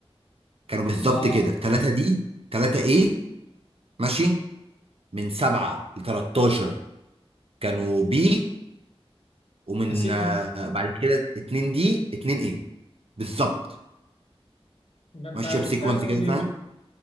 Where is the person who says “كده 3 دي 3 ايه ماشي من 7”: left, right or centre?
Right